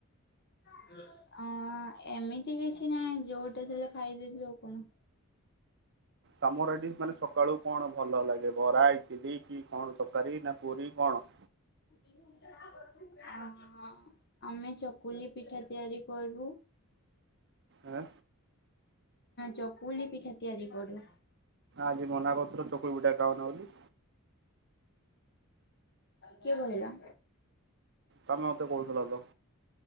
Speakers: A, on the left; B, on the right.
A: ହେସେ <unintelligible> ଅ ଏମିତି କିଛି ନାଇଁ, ଯୋଉଟି ଥିଲେ ଖାଇଦେବି ଆଉ କଣ?
B: ତମରଡି ମାନେ ସକାଳୁ କଣ ଭଲ ଲାଗେ- ବରା, ଇଟିଲି କି କଣ ତକାରୀ ନା ପୁରୀ କଣ?
A: ଆ ହହୁ <unintelligible> ଅ ଆମେ ଚକୁଲି ପିଠା ତିଆରି କରିବୁ।
B: ଆ
A: ଚକୁଳି ପିଠା ତିଆରି କରୁ।
B: ଆଜି ମନା କରୁଥିଲ ଚକୁଳି ପିଠା ଖାଉନ ବୋଲି
A: କିଏ କହିଲା?
B: ତମେ ମତେ କହୁଥିଲ ତ